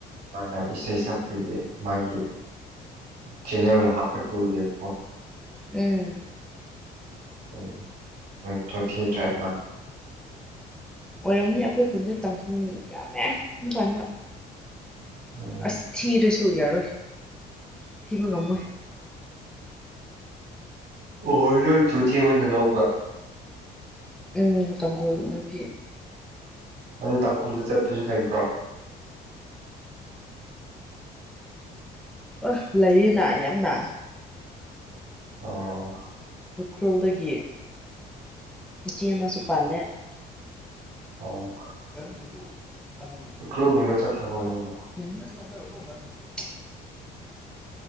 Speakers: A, on the right; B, in the centre.
A: ꯑꯅ ꯏꯁꯩ ꯁꯞꯄꯒꯤ ꯃꯥꯒꯤ ꯆꯦꯟꯅꯦꯜꯗ ꯍꯥꯞꯀꯠꯄꯌꯦꯕꯀꯣ
B: ꯎꯝ
A: ꯎꯝ ꯍꯁ ꯊ ꯇ꯭ꯔꯥꯏ
B: ꯎ ꯑꯣꯏꯔꯝꯅꯤ ꯑꯩꯈꯣꯏ ꯈꯨꯟꯗ ꯇꯥꯡꯈꯨꯜ ꯌꯥꯝꯃꯦ ꯄꯥꯟꯕ
A: ꯎꯝ
B: ꯑꯁ ꯊꯤꯔꯁꯨ ꯌꯥꯔꯣꯏ ꯊꯤꯕ ꯉꯝꯃꯣꯏ
A: ꯑꯣꯍꯣꯏ ꯅꯣꯏ ꯆꯨꯊꯦ ꯑꯣꯏꯅ ꯂꯧꯕꯪ
B: ꯎ ꯇꯥꯡꯒꯣꯜ ꯅꯨꯄꯤ
A: ꯑꯗꯨ ꯇꯥꯡꯈꯨꯜꯗ ꯆꯠꯄꯁꯨ ꯂꯩꯕ꯭ꯔꯣ
B: ꯑ ꯂꯩꯌꯦꯅ ꯌꯥꯝꯅ
A: ꯑꯣ
B: ꯎꯈ꯭ꯔꯨꯜꯗꯒꯤ ꯏꯆꯦ ꯑꯃꯁꯨ ꯄꯥꯜꯂꯦ
A: ꯑꯣ
B: ꯀꯔꯣ ꯊꯨ <unintelligible>
A: ꯎꯈ꯭ꯔꯨꯜꯒꯨꯝꯕ ꯆꯠꯈ꯭ꯔꯕꯣ ꯅꯪꯕꯣ
B: <inaudible>